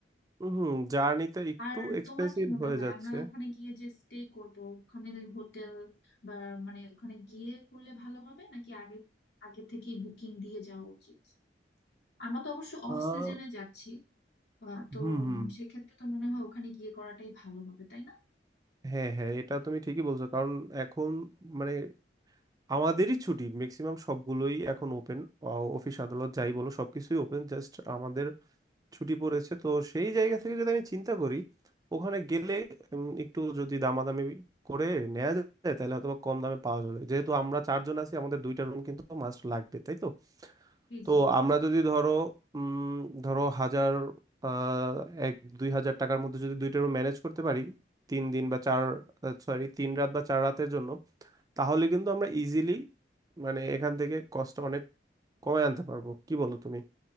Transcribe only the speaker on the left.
আর
তোমার কি মনে
হয়
আমরা ওখানে গিয়ে যে স্টে করব ওখানে হোটেল বা মানে ওখানে গিয়ে করলে ভালো হবে নাকি আগে আগে থেকে বুকিং দিয়ে যাওয়া উচিত আমরা তো অবশ্য অফ
সিজনে যাচ্ছি আহ, তো
উম,
সেক্ষেত্রে তো মনে হয় ওখানে গিয়ে করাটাই ভালো হবে তাই না
জি
জি